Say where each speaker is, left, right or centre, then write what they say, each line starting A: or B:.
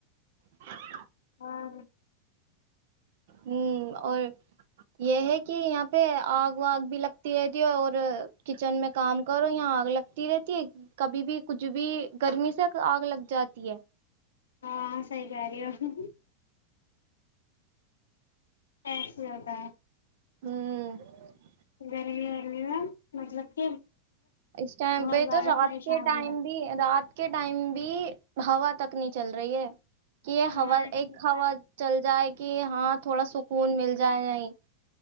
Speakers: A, on the right; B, on the left.
A: <unintelligible>
B: ہاں <inaudible>
A: ہ اور یہ ہے کہ یہاں پہ آگ واگ بھی لگتی رہتی ہے اور کچن میں کام کرو یہاں آگ لگتی رہتی ہے کبھی بھی کچھ بھی گرمی سے آگ لگ جاتی ہے <unintelligible>
B: ہاں صحیح صی کرارو <unintelligible> ایسے ہوتا <inaudible>
A: ہوں <unintelligible>
B: گرمی والرمی نا مطلب <unintelligible>
A: اس ٹائم
B: بہت
A: پہ
B: زیادہ
A: تو رات
B: پریشانی
A: کے ٹائم
B: ہے
A: بھی رات کے ٹائم بھی <unintelligible> ہوا تک نہیں چل رہی ہے <unintelligible> کہ یہ
B: ہاں
A: ہوا
B: ایسے
A: ایک
B: ہوتا
A: ہوا
B: ہے
A: چل جائے <unintelligible> کہ ہاں تھوڑا سکون مل جائے نہیں <unintelligible>